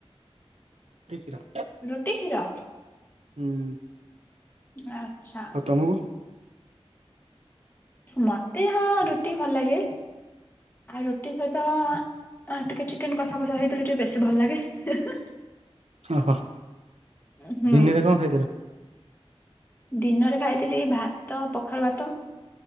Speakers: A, on the right (about 85°); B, on the left (about 20°).
A: ଟି କ୍ଷୀର।
B: ରୁଟି କ୍ଷୀର?
A: ହୁଁ।
B: ଆଛା।
A: ଆଉ ତମକୁ
B: ମତେ ହଁ ରୁଟି ଭଲ ଲାଗେ ଆଉ ରୁଟି ସହିତ ହଁ ଟିକେ ଚିକେନ କଷା ଫଷା ହେଇଥିଲେ ଟିକେ ବେଶୀ ଭଲ ଲାଗେ ହେଁ ହେଁ।
A: ଓହୋ
B: ଉଁ ହୁଁ।
A: ଦିନରେ କଣ ଖାଇଥିଲ?
B: ଦିନରେ ଖାଇଥିଲି ଭାତ ପଖାଳ ଭାତ